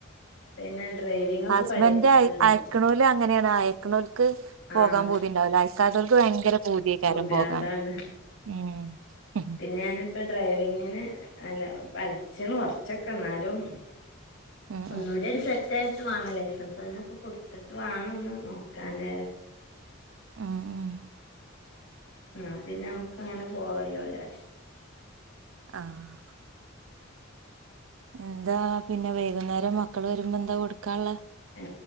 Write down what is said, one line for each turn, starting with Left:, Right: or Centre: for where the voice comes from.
Left: പിന്നെ ഡ്രൈവിംഗ് ഒക്കെ
Right: ഹസ്ബൻന്റെ
Left: പഠിക്ക്ണ്ട്
Right: അയക്ക്ണോല് അങ്ങനെയാണ്, അയക്കണോല്ക്ക് പോകാൻ
Left: ആഹ്
Right: പൂതിണ്ടാവൂല, അയക്കാത്തോൽക്ക് ഭയങ്കര പൂതിയേക്കാരും
Left: പുതിയ
Right: പോകാൻ
Left: അതാണ്
Right: ഉം ഉം
Left: ഞാനിപ്പ ഡ്രൈവിങ്ങിന് അല്ല പഠിച്ചണ് കൊറച്ചൊക്കെ എന്നാലും
Right: ഉം
Left: ഒന്നൂടി അണ്ട് സെ റ്റായിട്ട് വാണം, ലൈസൻസ് നൊക്കെ കൊടുത്തിട്ട് വേണംന്ന് നോക്കാന്
Right: ഉം ഉം
Left: ന്നാ പിന്നെ നമ്മുക്ക് അങ്ങനെ പോവല്ലോ വിചാരിച്ച്
Right: ആഹ് എന്താ പിന്നെ വൈകുന്നേരം മക്കൾ വരുമ്പോ എന്താ കൊടുക്കാള്ളെ?
Left: ആ